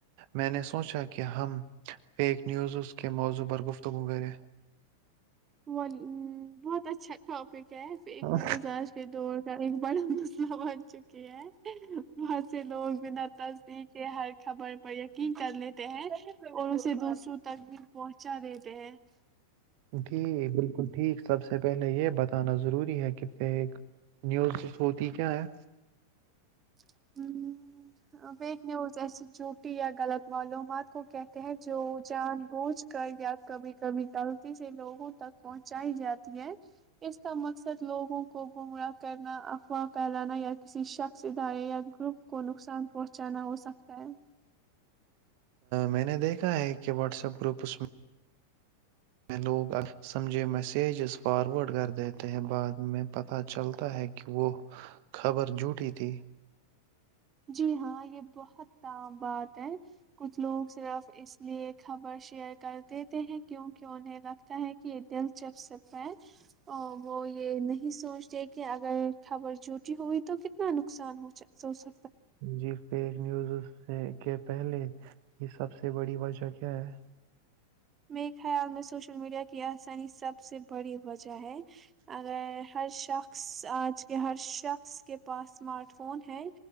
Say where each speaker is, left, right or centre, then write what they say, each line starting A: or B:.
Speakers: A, on the right; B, on the right.
A: میں نے <unintelligible> سوچا کہ ہم فیک نیوزز <unintelligible> کے موضوع پر گفتگو کرے <unintelligible>
B: وہ بہت اچھا ٹاپک کیف ایک
A: ہاں،
B: نیوز آج کے دور کا ایک بڑا <unintelligible> بن چکے ہے بہت سے لوگ بنا تصدیق کے ہر خبر پر یقین کر لیتے ہیں اور اسے دوسروں تک بھی پہنچا دیتے ہیں <unintelligible>
A: جی بالکل ٹھیک سب سے پہلے یہ بتانا ضروری <unintelligible> بھی ہے کت ایک <unintelligible> نیوز ہوتی کیا ہے
B: <inaudible> ہ ب <unintelligible> نیوز اسس جھوٹی غلط معلوم <unintelligible> ات کو کہتے ہیں جو جان بوجھ کر یا کبھی کبھی <unintelligible> غلط سے لوگوں تک پہنچائی جاتی ہے اس کا مقصد لوگوں کو گمراہ کرنا افواہ کہلانا یا کسی شخص <unintelligible> سے دھارے یا گروپ کو نقصان پہنچا <unintelligible> چانا وہ ص اف کا <unintelligible>
A: میں نے دیکھا ہے کہ واٹس ایپ گروپ اس میں میں لوگ سمجھے میسجز فارورڈ کر دیتے ہیں بعد میں پتہ چلتا ہے کہ وہ خبر جھوٹی تھی
B: جی ہاں یہ بہت تام بات ہے کچھ لوگ صرف اس لیے خبر شیئر کرتے تے ہیں کیوں کیوں انہیں لگتا ہے <unintelligible> کہ دلچپ سے پ وہ یہ نہیں سوچتے کہ اگر خبر جٹی ہوئی تو کتنا نقصان ہو س
A: جی فیک نیوز سے کے پہلے یہ سب سے بڑی وجہ کیا ہے
B: میرے خیال میں سوشل میڈیا کی آسانی سب سے بڑی وجہ ہے اگر ہر شخص آج کہ ہر شخص کے پاس اسمارٹ فون ہے